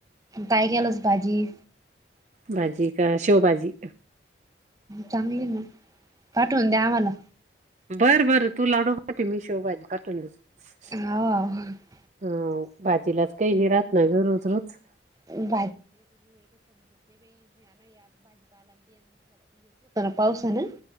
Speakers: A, on the right; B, on the right.
A: काय केलंस भाजी?
B: भाजी का... शेवभाजी.
A: चांगली आहे ना. पाठवून द्या आम्हाला.
B: बर -बर तू लाडू पाठव. मी शेव भाजी पाठवली अस....
A: हाव हाव
B: हं.... भाजीलाच काही नाही राहत नाही गं रोज -रोज.
A: <unintelligible> पाऊसा न....